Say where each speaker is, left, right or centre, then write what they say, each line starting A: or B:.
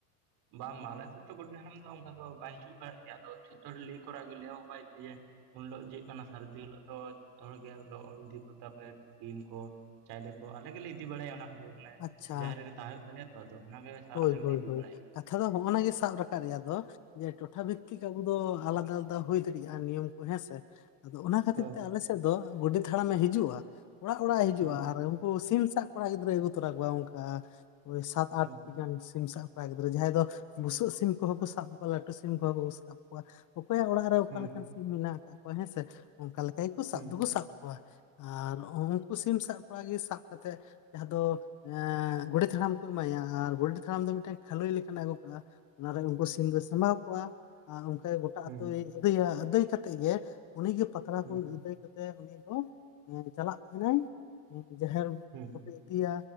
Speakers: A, on the right; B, on the left.
A: ᱵᱟᱝ ᱢᱟ ᱟᱞᱮ ᱥᱮᱫᱚ ᱜᱚᱰᱮᱛ ᱦᱟᱲᱟᱢ ᱫᱚ ᱚᱱᱠᱟ ᱫᱚ ᱵᱟᱭ ᱦᱤᱡᱩᱜ ᱵᱟᱲᱟ ᱜᱮᱭᱟ ᱟᱫᱚ ᱡᱷᱚᱛᱚ ᱦᱚᱲ ᱞᱮᱟᱹᱭ ᱠᱚᱨᱟ ᱜᱮ ᱞᱮᱭ ᱟᱠᱚ ᱡᱮ ᱩᱱ ᱦᱤᱞᱳᱜ ᱪᱮᱫ ᱠᱟᱱᱟ ᱥᱟᱹᱨᱫᱤ ᱦᱤᱞᱳᱜ ᱫᱚ ᱡᱚᱛᱚ ᱦᱚᱲᱜᱮ ᱟᱫᱚ ᱤᱫᱤ ᱠᱚᱜ ᱛᱟᱯᱮ ᱥᱤᱢ ᱠᱚ ᱪᱟᱭᱞᱮ ᱠᱚ ᱟᱞᱮ ᱜᱮᱞᱮ ᱤᱫᱤ ᱵᱟᱲᱟᱭᱟ ᱚᱱᱟ ᱢᱟᱱᱮ
B: ᱟᱪᱪᱷᱟ
A: ᱡᱟᱦᱮᱨ ᱨᱮᱜᱮ ᱛᱟᱦᱮᱸ ᱦᱩᱭᱩᱜ ᱛᱟᱞᱮᱭᱟ ᱛᱚ ᱟᱫᱚ ᱚᱱᱟᱜᱮ
B: ᱦᱳᱭ
A: ᱟᱞᱮ ᱜᱮᱞᱮ
B: ᱦᱳᱭ
A: ᱤᱫᱤ
B: ᱦᱳᱭ
A: ᱵᱟᱲᱟᱭ
B: ᱠᱟᱛᱷᱟ ᱫᱚ ᱦᱚᱜᱼᱚᱱᱟ ᱜᱮ ᱥᱟᱵ ᱨᱟᱠᱟᱵ ᱨᱮᱭᱟᱜ ᱫᱚ ᱴᱚᱴᱷᱟ ᱵᱷᱤᱛᱛᱤᱠ ᱟᱵᱳ ᱫᱚᱚ ᱟᱞᱟᱫᱟ ᱟᱞᱟᱫᱟ ᱦᱩᱭ ᱫᱟᱲᱮᱭᱟᱜᱼᱟ ᱱᱤᱭᱚᱢ ᱠᱩ ᱦᱮᱸ ᱥᱮ ᱟᱫᱚ ᱚᱱᱟ ᱠᱷᱟᱹᱛᱤᱨ
A: ᱦᱮᱸ
B: ᱛᱮ ᱟᱞᱮ ᱥ ᱫᱚ ᱜᱚᱰᱮᱛ ᱦᱟᱲᱟᱢᱮ ᱦᱤᱡᱩᱜᱼᱟ ᱚᱲᱟᱜ ᱚᱲᱟᱜ ᱮ ᱦᱤᱡᱩᱜᱼᱟ
A: ᱦᱮᱸ
B: ᱟᱨ ᱩᱱᱠᱩ ᱥᱤᱢ ᱥᱟᱵ ᱠᱚᱲᱟ ᱜᱤᱫᱽᱨᱟᱹᱭ ᱟᱜᱩ ᱛᱚᱨᱟ ᱚᱝᱠᱟᱟ ᱳᱭ ᱥᱟᱛ ᱟᱴᱴᱤ
A: ᱦᱮᱸ
B: ᱜᱟᱱ ᱥᱤᱢ ᱥᱟᱵ ᱠᱚᱲᱟ ᱜᱤᱫᱽᱨᱟᱹ ᱡᱟᱦᱟᱸᱭ ᱫᱚ ᱵᱩᱥᱟᱹᱜ ᱥᱤᱢ ᱠᱚᱦᱚᱸ ᱠᱚ ᱥᱟᱵ ᱠᱚᱣᱟ ᱞᱟᱹᱴᱩ ᱥᱤᱢ ᱠᱚᱦᱚᱸ ᱠᱚ ᱥᱟᱵ ᱠᱚᱣᱟ ᱚᱠᱚᱭᱟᱜ ᱚᱲᱟᱜ ᱨᱮ ᱚᱠᱟ
A: ᱦᱮᱸ
B: ᱞᱮᱠᱟᱱ ᱥᱤᱢ ᱢᱮᱱᱟᱜ ᱟᱠᱟᱫ ᱠᱚᱣᱟ ᱦᱮᱸᱥᱮ ᱚᱱᱠᱟ ᱞᱮᱠᱟ ᱜᱮᱠᱩ
A: ᱦᱮᱸ
B: ᱥᱟᱵ ᱫᱚᱠᱩ ᱥᱟᱵ ᱠᱚᱣᱟ ᱟᱨᱨ ᱩᱱᱠᱩ ᱥᱤᱢ ᱥᱟᱵ ᱠᱚᱲᱟ ᱜᱮ ᱥᱟᱵ ᱠᱟᱛᱮᱫ ᱡᱟᱦᱟᱸ ᱫᱚᱚ ᱮᱮᱜ ᱜᱚᱰᱮᱛ ᱦᱟᱲᱟᱢ ᱠᱚ ᱮᱢᱟᱭᱟ ᱟᱨ ᱜᱚᱰᱮᱛ ᱦᱟᱲᱟᱢ ᱫᱚ ᱢᱤᱫᱴᱮᱱ ᱠᱷᱟᱹᱞᱳ ᱞᱮᱠᱱᱟᱜ ᱮ ᱟᱹᱜᱩ ᱠᱟᱜᱼᱟ ᱚᱱᱟᱨᱮ ᱩᱱᱠᱩ ᱥᱤ ᱥᱤᱢ ᱫᱚᱭ ᱥᱟᱵᱟᱣ ᱠᱚᱣᱟ ᱟᱨ ᱚᱱᱠᱟ ᱜᱚᱴᱟ
A: ᱦᱮᱸ
B: ᱟᱳᱩᱭ ᱟᱹᱫᱟᱹᱭ ᱟᱹᱫᱟᱹᱭ ᱠᱟᱛᱮ ᱜᱮ ᱩᱱᱤᱜᱮ ᱯᱟ ᱯᱟᱛᱲᱟ ᱠᱷᱚᱱ
A: ᱦᱮᱸ
B: ᱟᱹᱫᱟᱹ ᱠᱟᱛᱮᱜ ᱩᱱᱤ ᱫᱚ ᱪᱟᱞᱟᱜ ᱛᱟᱦᱮ ᱱᱟᱭ ᱡᱟᱦᱮᱨ
A: ᱦᱩᱸ
B: ᱟᱯᱮ ᱤᱫᱤᱭᱟ